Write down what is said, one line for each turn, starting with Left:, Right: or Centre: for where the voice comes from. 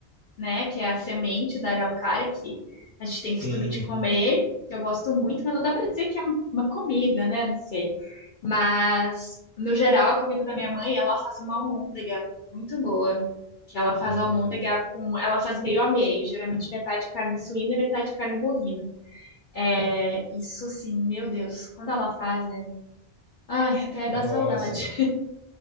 Left: né? Que é a semente da araucária que a gente tem
Right: Sim.
Left: costume de comer, que eu gosto muito, mas não dá para dizer que é uma comida, né? Não sei. Mas, no geral, a comida da minha mãe, ela faz uma almôndega muito boa. Que ela faz
Right: Ah,
Left: almôndega com. Ela faz meio a meio, geralmente metade carne suína e metade carne bovina. É, isso sim, meu Deus, quando ela faz, é... Ai, até dá
Right: nossa.
Left: saudade.